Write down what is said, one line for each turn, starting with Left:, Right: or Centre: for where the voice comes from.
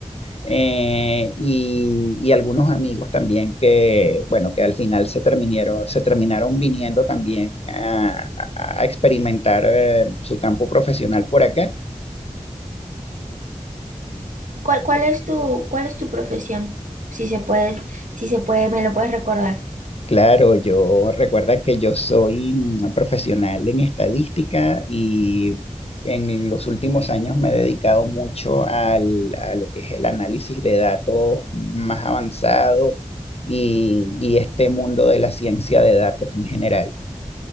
Left: eh, y, y algunos amigos también que, bueno, que al final se terminaron, se terminaron viniendo también a, a- a experimentar eh, su campo profesional por acá.
Right: ¿Y cuál, cuál es tu, cuál es tu profesión? Si se puede, si se puede, me lo puedes recordar.
Left: Claro, yo recuerda que yo soy mm, profesional en estadística y en los últimos años me he dedicado mucho al, a lo que es el análisis de datos más avanzado y, y este mundo de la ciencia de datos en general.